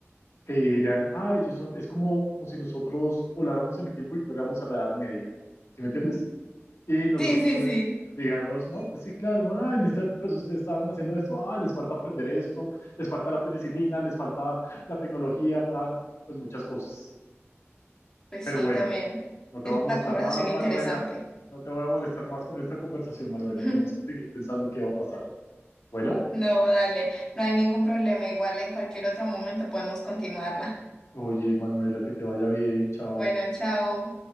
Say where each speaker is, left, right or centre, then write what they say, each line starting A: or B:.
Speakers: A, on the left; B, on the left.
A: que dirían, ah, ellos son, es como, como si nosotros voláramos en el tiempo y fuéramos a la Edad Media. ¿Sí me entiendes? Y nosotros
B: Sí, sí,
A: pues,
B: sí.
A: dijimos, no, pues sí, claro, bueno en esta época si ustedes estaban haciendo esto, ah, les falta aprender esto, les falta la penicilina, les falta la tecnología, tal, pues muchas cosas.
B: Pues
A: Pero
B: sí,
A: bueno,
B: también
A: no te
B: es
A: voy a molestar
B: una conversación
A: más,
B: interesante.
A: Manuela. No te voy a molestar más con esta conversación, Manuela.
B: <laughs>
A: Tenemos que seguir pensando qué va a pasar. Bueno,
B: No, dale, no hay ningún problema. Igual en cualquier otro momento podemos continuarla.
A: oye, Manuela, que te vaya bien, chao.
B: Bueno, chao.